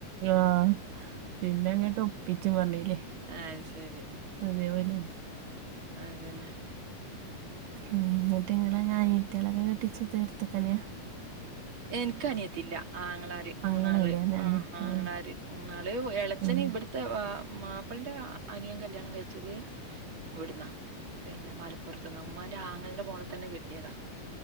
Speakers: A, on the right; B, on the right.
A: ആഹ് പിന്നെ അങ്ങട്ട് ഒപ്പിച്ചും പറഞ്ഞീലെ.
B: അയ് ശരി
A: അതേപോലെ ഉം
B: അതന്നെ.
A: ഉം ന്നട്ട് ഇങ്ങളെ അനിയത്തിളൊക്കെ കെട്ടിച്ച ഇത് എടുത്തക്കനെയാ
B: എനക്ക് അനിയത്തില്ല, ആങ്ങളാര് മൂന്നാള്
A: ആങ്ങളല്ലേ
B: ഉം
A: ആഹ്
B: ആങ്ങളാര്
A: ആഹ്
B: ന്നാള് എളച്ചന്
A: ഉം
B: ഇപ്ട്ത്തെ മാപ്പിളന്റെ അനിയൻ കല്യാണം കഴിച്ചത് ഇവിടുന്നാ പിന്നെ മലപ്പുറത്ത്ന്ന് ഉമ്മാ ന്റെ ആങ്ങൾന്റെ മോളെ തന്നെ കെട്ടിയതാ.